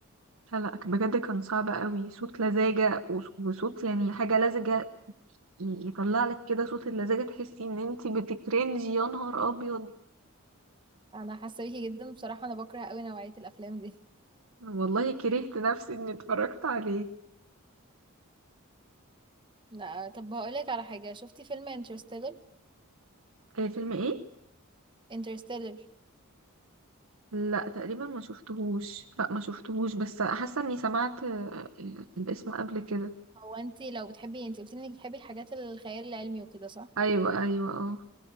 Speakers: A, on the right (about 80°); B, on the right (about 20°).
A: لا لا بجد كان صعب قوي صوت لزاجة وص- وصوت يعني حاجة لزجة ي- يطلع لك كده صوت اللزاجة تحسي ان انتي بتكرنجي يا نهار ابيض
B: أنا حاسة بيكي جدا بصراحة أنا بكره قوي نوعية الأفلام دي
A: والله كرهت نفسي اني اتفرجت عليه
B: لا طب هقولك على حاجة شفتي فيلم انترستيلر
A: آه، فيلم ايه
B: انترستيلر
A: لا تقريبا ما شفتهوش لا ما شفتهوش بس حاسه اني سمعت آه، آه، الاسم قبل كده
B: هو انتي لو بتحبي انتي قلتي انك بتحبي الحاجات الخيال العلمي وكده صح
A: ايوه ايوه اه